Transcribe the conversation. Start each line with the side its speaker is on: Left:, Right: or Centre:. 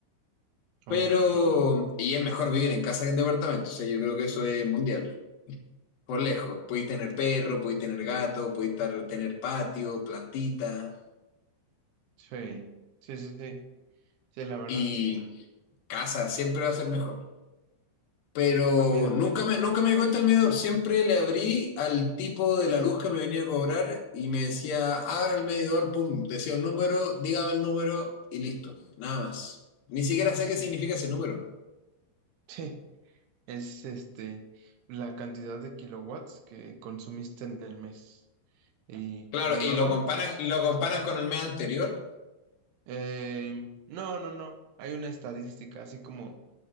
Left: Pero,
Right: Ok.
Left: y es mejor vivir en casa que en departamento, o sea, yo creo que eso es mundial, por lejos. Podéis tener perro, podéis tener gato, podéis tar- tener patio, plantita,
Right: Sí, sí, sí, sí. Sí, la verdad,
Left: y
Right: sí.
Left: casa siempre va a ser mejor. pero
Right: Pues mira,
Left: nunca me, nunca me di cuenta el medidor. Siempre le abrí al tipo de la luz que me venía a cobrar y me decía, abra el medidor, pum, decía un número, dígame el número y listo, nada más. Ni siquiera sé qué significa ese número.
Right: <laughs> sí, es este, la cantidad de kilowatts que consumiste en el mes. Y
Left: Claro,
Right: por lo
Left: y
Right: normal,
Left: lo comparan, lo comparan con el mes anterior.
Right: eh, no, no, no. Hay una estadística, así como